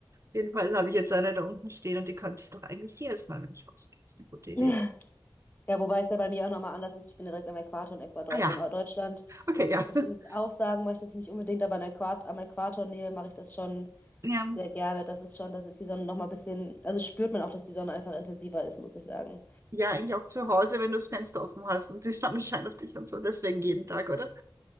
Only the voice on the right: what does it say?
Jedenfalls habe ich jetzt eine da unten stehen und die könnte ich doch eigentlich jedes Mal, wenn ich rausgehe. Ist eine gute Idee.
Ah
ja,
okay, ja.
<laughs>
Ja,
Ja, eigentlich auch zu Hause, wenn du das Fenster offen hast und die Sonne <laughs> scheint auf dich und so. Deswegen jeden Tag, oder?